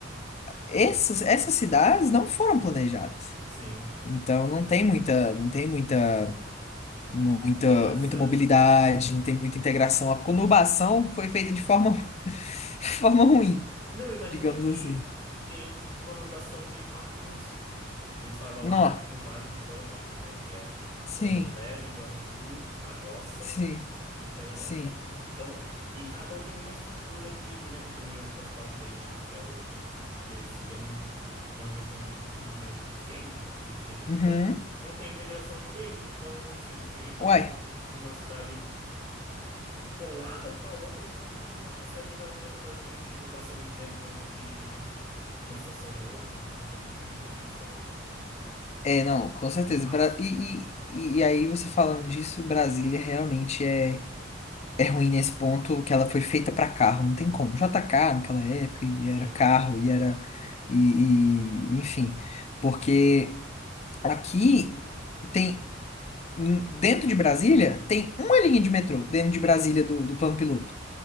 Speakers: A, on the left; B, on the right.
A: essas, essas cidades não foram planejadas.
B: sim.
A: Então não tem muita, não tem muita, muita,
B: Integração.
A: muita mobilidade, não tem muita integração. A conurbação foi feita de forma, <laughs> forma ruim,
B: Não, imagine
A: digamos
B: aqui
A: assim.
B: que tem conurbação de quatro municípios, que eles falam
A: Nó.
B: área conurbada de Florianópolis, né? Que é
A: Sim,
B: São José, Biguaçu, Palhoça
A: sim,
B: e Florianópolis.
A: sim.
B: Então, e cada um tem uma estrutura de, por exemplo, que nem o transporte coletivo, que é o que seria muito, normalmente é um, um dos mais eficientes dos que a gente
A: Uhum.
B: tem, não tem integração entre eles. Então, sim, tem gente
A: Uai.
B: que mora numa cidade colada com a outra e não, não consegue usar o transporte coletivo, passa muito tempo entre uma estação e outra, então tem muito disso também.
A: É, não, com certeza.
B: Um caos.
A: Bra- E, e, e aí você falando disso, Brasília realmente é. É ruim nesse ponto que ela foi feita pra carro, não tem como. JK naquela época e
B: Sim,
A: era carro e era e, e- enfim, porque aqui tem n- dentro de Brasília tem uma linha de metrô dentro de Brasília do, do plano piloto.